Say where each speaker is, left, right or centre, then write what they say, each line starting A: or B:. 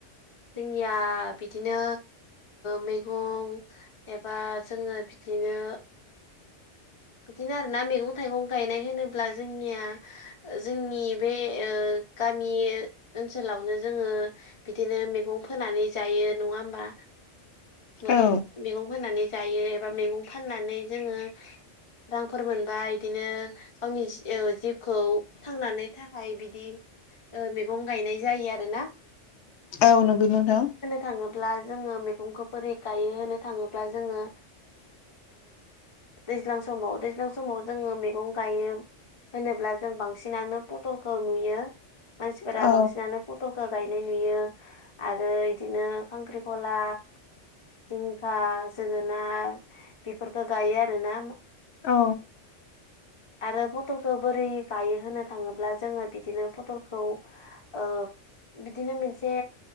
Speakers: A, on the left (about 30°); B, on the left (about 70°).
A: जोंनिया बिदिनो मैगं एबा जोङो बिदिनो बिदिनो आरो ना मेगं थाइगं गायनाय होनोब्ला जोंनिया जोंनि बे ओ गामि ओन सोलावनो जोङो बिदिनो मैगं फोनानै जायो नङा होमबा मैगं
B: औ
A: मैगं फोननानै जायो एबा मैगं फाननानै जोङो रांफोर मोनबा बिदिनो गावनि जिउखौ थांनानै थाखाय बिदि मैगं गायनाय जायो आरो ना
B: औ नुगोन नोंथां
A: थाङोब्ला जोङो मैगंखौ बोरै गायो होनो थाङोब्ला जोङो दैज्लां समाव दैज्लां समाव जोङो मैगं गायो होनोब्ला जों बांसिनानो पथलखौ नुयो मानसिफोरा
B: औ
A: बांसिनानो पटलखौ गायनाय नुयो आरो इदिनो खांख्रिखला जिंखा जोगोनार बेफोरखौ गायो आरोना
B: औ
A: आरो पटलखौ बोरै गायो होनो थाङोब्ला जोङो बिदिनो फटलखौ औ बिदिनो मोन से